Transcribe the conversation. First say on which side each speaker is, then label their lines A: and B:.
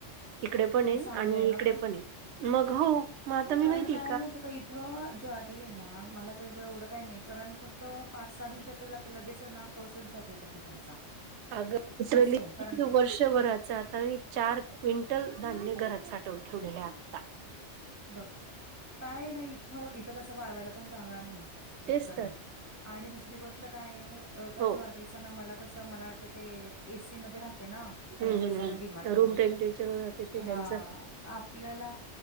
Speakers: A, on the right (about 70°); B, on the right (about 15°).
A: तिकडे पण
B: ते
A: आहे
B: चांगलं
A: आणि
B: ना
A: इकडे पण आहे मग हो मग आता मी
B: कारण
A: माहिती
B: काय माहि का इथं ज्वारी आहे ना मला त्याच एवढं काही नाही कारण फक्त तर पाच सहा दिवसात तर लगेच ना कसच जात होता पिठाचा
A: अग
B: असं
A: वली
B: आहे कारण ते
A: वर्ष वराच आता म चार क्विंटल धान्य घरात साठवून ठेवलेले आता
B: बघ काय नाही इथं इथं कसं वाळवायला पण जागा नाही एकतर
A: तेच तर
B: आहे आणि दुसरी गोष्ट काय आहे त्या
A: हो
B: ज्वारीचा ना मला कसं मला वाटतं ते एसी मध्ये राहते ना थंड
A: हम्म
B: असे
A: हम्म
B: ना डिमॅट
A: रूम
B: मध्ये
A: टेम्परेचर वर राहते ते
B: हा
A: त्यांचं
B: आपल्याला